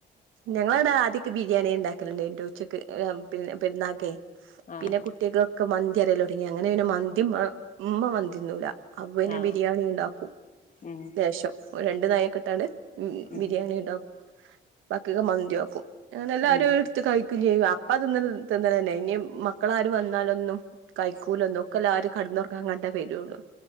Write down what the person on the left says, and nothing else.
ആഹ്
ആഹ്
ഉം
ഉം
ഉം